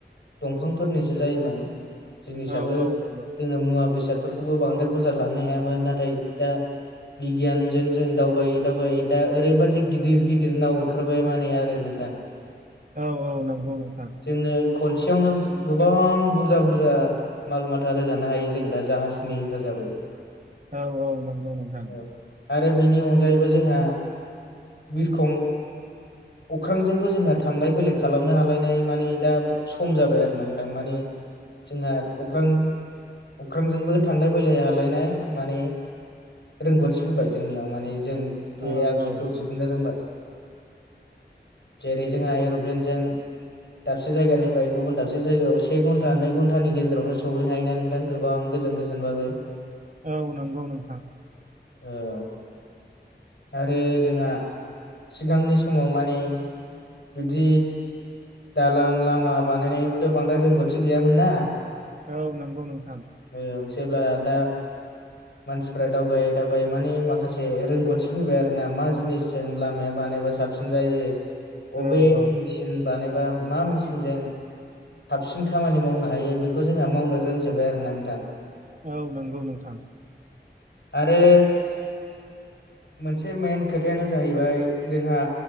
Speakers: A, on the left (about 70°); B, on the right (about 45°).
A: दंफांफोरनिसो जायोमोन जिनिसाबो
B: औ औ नंगौ
A: जोङो मुवा बेसादफोरखौबो बांद्राय बुरजा लांनो हायामोन नाथाय दा बिगियानजों जों दावगायै दावगायै दा ओरैबादि गिदिर गिदिरनाव ओंखारबाय मानि आरो नोंथां
B: औ औ नंगौ नोंथां
A: जोङो खनसेयावनो गोबां बुरजा बुरजा माल माथा रोगानो हायो जों दा जाहाजनि हेफाजाबै
B: औ औ नंगौ नोंथां
A: औ आरो बिनि अनगायैबो जोंहा बिरखं अख्रांजोंबो जोंहा थांलाय फैलाय खालामनो हालायनाय माने दा सम जाबाय आरो ना नोंथां माने जोंहा अख्रां अख्रांजोंबो थांलाय फैलाय हालायनाय माने रोंगथि फैबाय जोंनियाव माने जों बे
B: औ
A: आगजुखौ
B: औ औ
A: दिहुननो रोंबाय। जेरै जोंहा एर'प्लेनजों दाबसे जायगानिफ्राय गुबुन दाबसे जायगायाव से घन्टा नै घन्टानि गेजेरावनो सहैनो हायो ना नों- थां गोबां गोजान गोजानबाबो
B: औ नंगौ नोंथां
A: औ आरो जोंहा सिगांनि समाव माने बिदि दालां लामा बानायनायनिबोथ' बांद्राय रोंगौथि गैयामोन ना
B: औ नंगौ नोंथां
A: औ जेब्ला दा मानसिफ्रा दावगायै दावगायै माने माखासे रोंगौथि फैबाय आरो ना मा जिनिसजों लामाया बानायबा साबसिन जायो बबे
B: औ औ
A: मेचिन बानायबा मा मेचनजों थाबसिन खामानि मावनो हायो बेखौ जोंहा मावनो रोंजोब्बाय आरोना नोंथां।
B: औ नंगौ नोंथां।
A: आरो मोनसे मेन खोथायानो जाहैबाय जोंहा